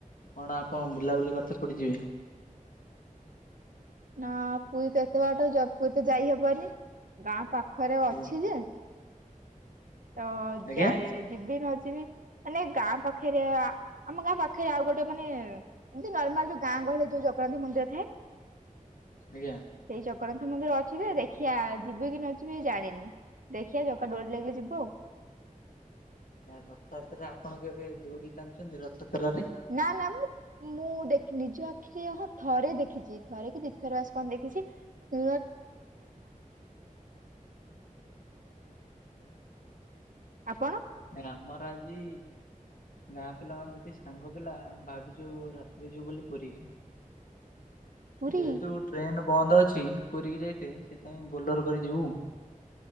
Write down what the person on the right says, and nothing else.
ନା ପୁରୀ ତ ଏତେ ବାଟ, ପୁରୀ ତ ଯାଇ ହବନି ଗାଁ ପାଖରେ ଅଛି
ଯେ। <inaudible>
ଯିବି ନ ଯିବି, ମାନେ ଗାଁ ପାଖେରେ ଆମ ଗାଁ ପାଖରେ ଆଉ ଗୋଟେ ମାନେ ଏମ୍ତି ନର୍ମାଲ୍ ଯଉ, ଗାଁ ଗହଳିରେ ଯଉ ଜଗନ୍ନାଥ୍ ମନ୍ଦିର ଥାଏ।
ସେଇ ଜଗନ୍ନାଥ ମନ୍ଦିର ଅଛି ଯେ ଦେଖିଆ, ଯିବି କି ନ ଯିବି ଜାଣିନି। ଦେଖିଆ ଜଗା ଡ଼ୋରି ଲାଗିଲେ ଯି ହଁ
<inaudible> ମୁଁ ଦେ ନିଜ ଆଖିରେ ହଁ ଥରେ ଦେଖିଚି, ଥରେ କି ଦି ଥର ବାସ୍‌ ଙ୍କ ଦେଖିଚି? <inaudible> ଆପଣ।
ପୁରୀ